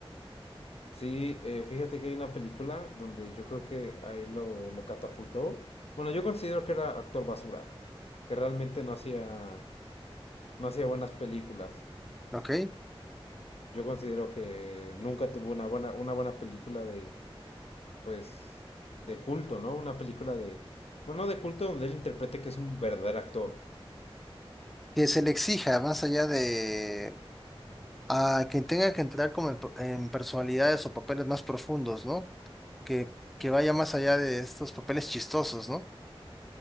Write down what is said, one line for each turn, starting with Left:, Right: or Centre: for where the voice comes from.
Left: Sí, eh, fíjate que hay una película donde yo creo que ahí lo, lo catapultó. Bueno, yo considero que era actor basura, que realmente no hacía, no hacía buenas películas.
Centre: ¿ok?
Left: Yo considero que nunca tuvo una buena, una buena película de, pues, de culto, ¿no? Una película de, bueno, de culto donde él interprete que es un verdadero actor.
Centre: Que se le exija más allá de a quien tenga que entrar como en, en personalidades o papeles más profundos, ¿no? Que, que vaya más allá de estos papeles chistosos, ¿no?